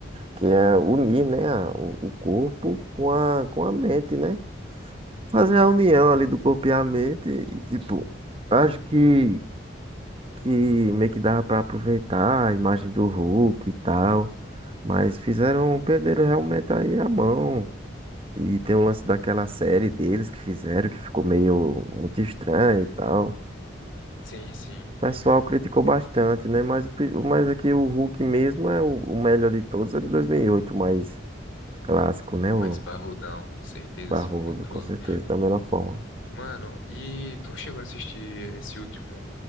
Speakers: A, on the right; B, on the left.
A: que é unir, né, a- o, o corpo com a, com a mente, né? Fazer a união ali do corpo e a mente e, tipo, acho que, que meio que dava pra aproveitar a imagem do Hulk e tal, mas fizeram, perderam realmente aí a mão. E tem um lance daquela série deles que fizeram, que ficou meio muito estranho e tal.
B: Sim, sim,
A: O pessoal criticou bastante, né? Mas, o pri- mas aqui o Hulk mesmo é o, o melhor de todos, é de 2008, o mais clássico, né? O,
B: mas parrudão, com certeza,
A: Barroso,
B: sem controle.
A: com certeza, da melhor forma.
B: Mano, e tu chegou a assistir esse último